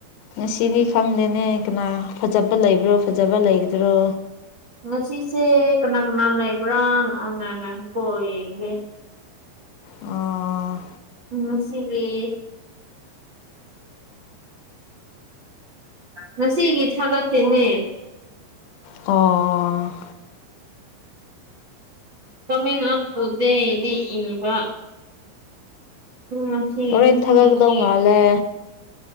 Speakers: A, on the left (about 85°); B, on the right (about 75°).
A: ꯉꯁꯤꯗꯤ ꯈꯪꯗꯦꯅꯦ ꯀꯅꯥ ꯐꯖꯕ ꯂꯩꯕ꯭ꯔꯣ ꯐꯖꯕ ꯂꯩꯒꯗ꯭ꯔꯣ
B: ꯉꯁꯤꯁꯦ ꯀꯅꯥ ꯀꯅꯥ ꯂꯩꯕ꯭ꯔꯥ ꯑꯉꯥꯡꯉꯥꯡ ꯀꯣ ꯌꯦꯡꯒꯦ
A: ꯑꯥ
B: ꯎꯝ ꯁꯤꯒꯦ ꯉꯁꯤꯒꯤ ꯊꯥꯒꯠꯇꯦꯅꯦ
A: ꯇꯣ
B: ꯀꯃꯤꯡ ꯑꯞ ꯇꯨ ꯗꯦꯗꯤ ꯏꯕ ꯎꯝ ꯁꯤꯅꯤꯁꯤꯅꯤ
A: ꯍꯣꯔꯦꯟ ꯊꯥꯒꯠꯀꯗꯧ ꯃꯥꯜꯂꯦ